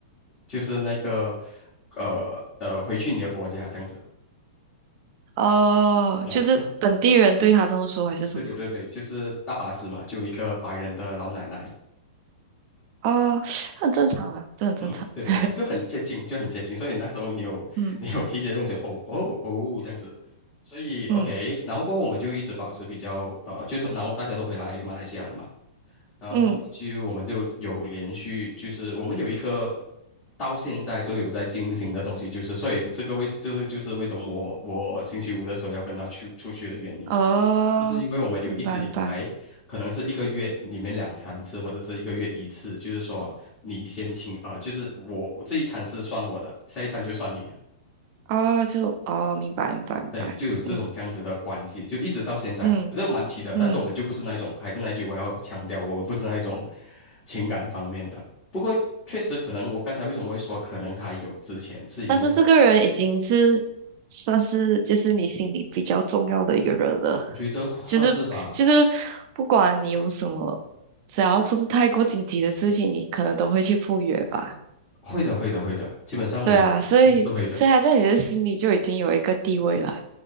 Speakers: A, on the left; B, on the right.
A: 就是那个呃呃，回去你的国家这样子
B: 哦，
A: 啊。
B: 就是本地人对他这么说还是什么？
A: 大对对对对，就是大巴士嘛，就有一个白人的老奶奶，
B: 哦，很正常啊，这很正常，
A: 嗯，对对对，
B: <laughs>
A: 就很接近，就很接近。所以那时候你有你有提起这种觉得哦哦哦这样子，
B: 嗯
A: 所以 OK，
B: 嗯
A: 然后过后我们就一直保持比较呃，就是说然后大家都回来马来西亚了嘛。然后就我们就有连续，
B: 嗯。
A: 就是我们有一个到现在都有在进行的东西，就是所以这个为这个就是为什么我我星期五的时候要跟他去出去的原因，
B: 哦，
A: 就是因为我们有一直以来可能是一个月里面两三次，
B: 明白明白，
A: 或者是一个月一次，就是说你先请啊、呃就是我我这一餐是算我的，下一餐就算你的。
B: 哦，就哦，明白明白明白，
A: 对，就有这种这样子的关系，
B: 嗯
A: 就一直到现在，
B: 嗯
A: 这个蛮奇的。但是我们就不是那一种，
B: 嗯，
A: 还是那句我要强调，我们不是那一种情感方面的。不过确实可能，我刚才为什么会说可能他有之前，是因为
B: 但是这个人已经是算是就是你心里比较重要的一个人了，
A: 我觉得算是吧，
B: 就是就是不管你有什么，只要不是太过紧急的事情，你可能都会去赴约吧。
A: 会的，会的，会的，基本上我们都会是会的。
B: 对啊，所以所以他在你的心里就已经有一个地位了。